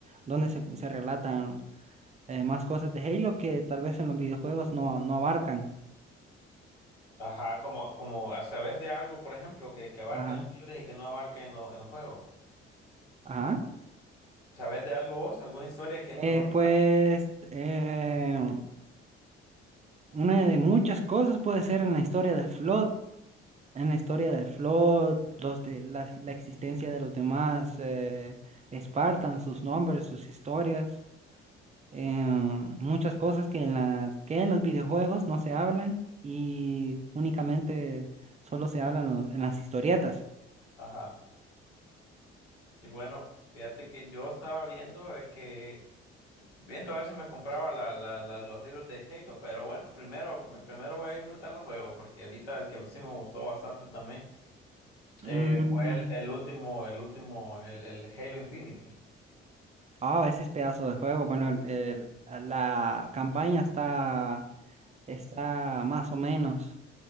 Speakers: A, on the right; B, on the left.
A: donde se, se relatan eh, más cosas de Halo que tal vez en los videojuegos no, no abarcan.
B: Ajá, como, como sabes de algo, por ejemplo, que, que abarque
A: Ajá.
B: en los libros y que no abarque en, lo- en los juegos.
A: Ajá.
B: ¿Sabes de algo vos? ¿Alguna historia que
A: Eh,
B: no
A: pues
B: abarque?
A: eh, Una de muchas cosas puede ser en la historia del Flood, en la historia del Flood, los de la, la existencia de los demás eh, Spartans, sus nombres, sus historias, eh, muchas cosas que en las que en los videojuegos no se hablan y únicamente solo se hablan los- en las historietas.
B: Ajá. Y bueno, fíjate que yo estaba viendo eh, que viendo a ver si me compraba la- la- la- los libros de Halo, pero bueno, primero, primero voy a disfrutar los juegos, porque ahorita el que sí me gustó bastante también eh,
A: Mm,
B: fue el, el último, el último, el, el Halo Infinity.
A: Ah, ese es pedazo de juego. Bueno, el- el- la campaña está está más o menos.